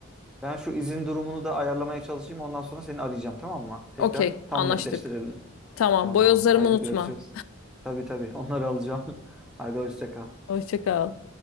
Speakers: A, in the centre; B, on the left.
A: Ben şu izin durumunu da ayarlamaya çalışayım. Ondan sonra seni arayacağım tamam mı? Tekrar
B: Okey
A: tam
B: anlaştık.
A: netleştirelim.
B: Tamam
A: Tamam.
B: boyozlarımı
A: Hadi
B: unutma.
A: görüşürüz. Tabii tabii. Onları alacağım. <laughs> Hadi hoşça kal.
B: Hoşça kal.